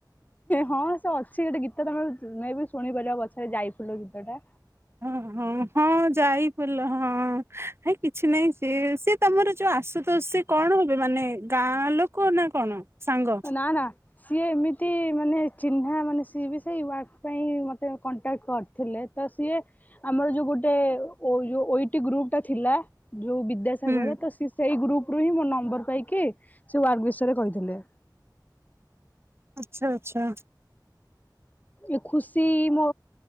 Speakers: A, on the left; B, on the right.
A: ହଁ ସେ ଅଛି ଗୋଟେ ଗୀତ ତମେ ବି ଶୁଣିପାରିବ ପଛରେ ଯାଇଫୁଲ ଗୀତ ଟା।
B: ଓ ହୋ ହଁ ଯାଇଫୁଲ ହଁ ହେ କିଛି ନାଇଁ ସି ସେ ତମର ଯୋଉ ଆସୁତୋଷ କଣ ହବେ ମାନେ ଗାଁ ଲୋକ ନା କଣ ସାଙ୍ଗ?
A: ନାଁ ନାଁ। ସିଏ ଏମିତି ମାନେ ଚିହ୍ନା ମାନେ ସିଏ ବି ସେଇ ୱାର୍କ ପାଇଁ ମୋତେ କଣ୍ଟାକ୍ଟ କରନ୍ତି। ଥିଲେ ତ ସିଏ ଆମର ଯୋଉ ଗୋଟେ ଓଇଟି ଗ୍ରୁପ ଟା ଥିଲା ଯୋଉ ବି ବିଦ୍ୟାସାଗର
B: ହୁଁ
A: ତ ସେଇ ଗ୍ରୁପ ରୁ ହିଁ ମୋ ନମ୍ବର ପାଇକି ସେ ୱାର୍ଗ ବିଷୟରେ କହିଥିଲେ।
B: ଆଛା ଆଛା।
A: ଏ ଖୁସି ମୋ